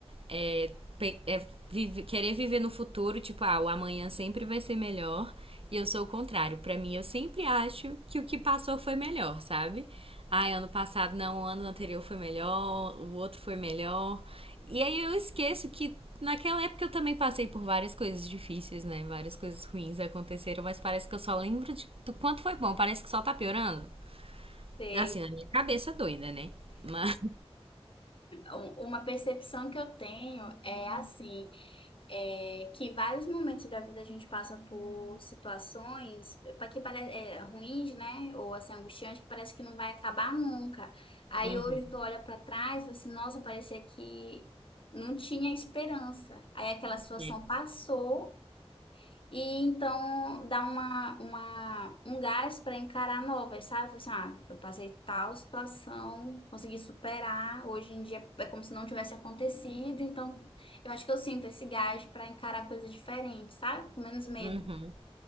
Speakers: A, on the right; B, on the left.
A: é, pe- é vive- querer viver no futuro, tipo, ah, o amanhã sempre vai ser melhor. E eu sou o contrário. Pra mim, eu sempre acho que o que passou foi melhor, sabe? Ah, ano passado não, o ano anterior foi melhor, o outro foi melhor. E aí eu esqueço que naquela época eu também passei por várias coisas difíceis, né? Várias coisas ruins aconteceram, mas parece que eu só lembro de- do quanto foi bom. Parece que só tá piorando.
B: Sei.
A: Assim, na minha cabeça doida, né? Mas.
B: Um- Uma percepção que eu tenho é assim. é, que vários momentos da vida a gente passa por situações para que pare- é, ruins, né? Ou assim, angustiantes, que parece que não vai acabar nunca. Aí
A: Uhum,
B: hoje tu olha para trás, e fala assim, nossa, parecia que não tinha esperança. Aí aquela situação
A: é,
B: passou. E então dá uma, uma, um gás para encarar novas, sabe? Fala Assim, ah, eu passei tal situação, consegui superar, hoje em dia é como se não tivesse acontecido, então eu acho que eu sinto esse gás para encarar coisas diferentes, sabe? Com menos medo.
A: uhum.